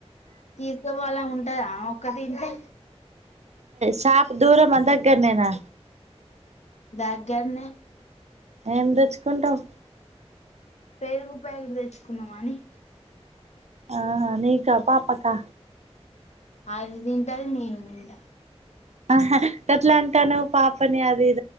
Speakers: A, on the left; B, on the right.
A: తీసుకపోవాలా ఆమె ఉంటదా ఆమె ఒక్కతి ఇంట్లే
B: షాప్ దూరమా దగ్గరనేనా
A: దగ్గర్నే
B: ఏం దెచ్చుకుంటావు
A: పెరుగు ప్యాకెట్ దెచ్చుకున్నామని
B: ఆహా నీకా పాపకా
A: అది దింటది నేన్ దింట
B: ఆహా గట్ల అంటునవ్ పాపని అది ఇది